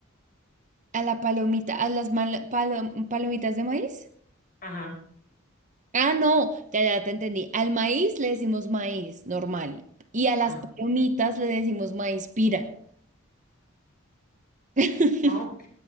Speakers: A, on the right; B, on the left.
A: A la palomita, a las mal- palo- palomitas de maíz.
B: Ajá,
A: Ah, no, ya, ya te entendí. Al maíz le decimos maíz, normal. Y a las
B: ah,
A: palomitas le decimos maíz pira. <laughs>
B: ok,